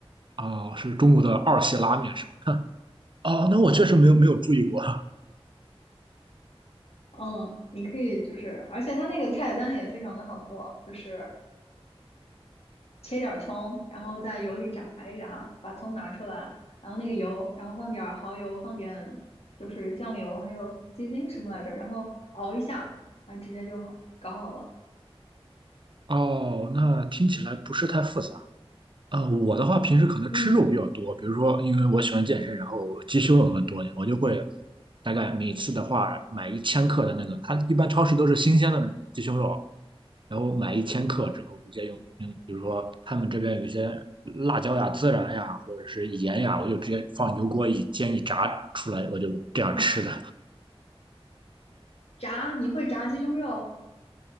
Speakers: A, on the right (about 50°); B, on the left (about 80°).
A: 啊，是中国的二细拉面是吗？哦，那我确实没有没有注意过。
B: 嗯，你可以就是，而且它那个菜单也非常的好做，就是切点儿葱，然后在油里炸一炸，把葱拿出来，然后那个油，然后放点儿蚝油，放点就是酱油，还有鸡精什么来着，然后熬一下，啊，直接就好搞好了。
A: 哦，那听起来不是太复杂。啊、我的话平时可能吃肉比较多，
B: 嗯。
A: 比如说因为我喜欢健身，然后鸡胸肉更多一点，我就会大概每次的话买一千克的那个，它一般超市都是新鲜的那种鸡胸肉，然后买一千克之后直接用用，比如说他们这边有一些辣椒呀、孜然呀，或者是盐呀，我就直接放油锅一煎一炸出来，我就这样吃的。
B: 炸，你会炸鸡胸肉？